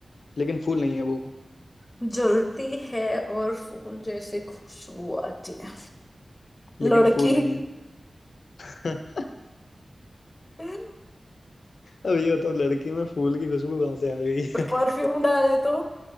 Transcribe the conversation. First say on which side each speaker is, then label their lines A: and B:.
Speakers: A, on the left; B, on the left.
A: लेकिन फूल नहीं है वो
B: जलती है और फूल जैसे खुशबू आती है
A: लेकिन
B: लड़की
A: फूल नहीं है <laughs>
B: <laughs>
A: अब ये बताओ लड़की में फूल की खुशबू कहाँ से आ गई
B: परफ्यूम डाले तो